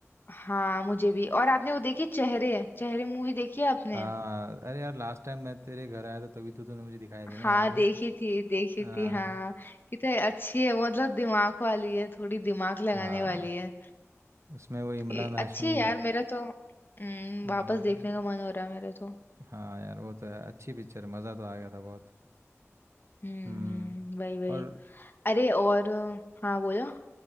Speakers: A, on the left; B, on the right.
A: हाँ मुझे भी और आपने वो देखी चेहरे चेहरे मूवी देखी है आपने
B: हाँ अरे यार लास्ट टाइम मैं तेरे घर आया था तभी तो तूने मुझे दिखाई थी
A: हाँ
B: ना याद
A: देखी
B: है
A: थी देखी
B: हाँ
A: थी हाँ कितनी अच्छी है वो मतलब दिमाग वाली है थोड़ी दिमाग लगाने
B: हाँ
A: वाली है
B: उसमें वो इमरान
A: ये
B: हाशमी
A: अच्छी है यार मेरा तो हम्म,
B: अम,
A: वापस देखने का मन हो रहा है मेरा तो
B: हाँ यार वो तो है, अच्छी पिक्चर मज़ा तो आ गया था बहुत
A: हम्म
B: हम्म
A: वही वही
B: और
A: अरे और हाँ बोलो